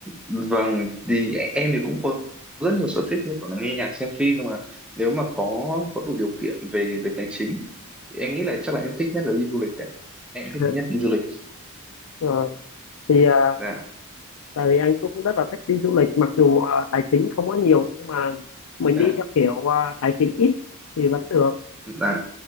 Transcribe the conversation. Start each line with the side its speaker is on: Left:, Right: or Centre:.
Centre: vâng, thì em thì cũng có rất nhiều sở thích như kiểu là nghe nhạc, xem phim nhưng mà nếu mà có có đủ điều kiện về về tài chính thì em nghĩ là chắc là em thích nhất là đi du lịch ạ. Em
Left: <laughs>
Centre: thích nhất đi du lịch.
Left: Rồi thì ờ,
Centre: Dạ,
Left: tại vì anh cũng rất là thích đi du lịch mặc dù ờ, tài chính không có nhiều nhưng mà mình
Centre: dạ,
Left: đi theo kiểu ờ, tài chính ít thì vẫn được
Centre: dạ,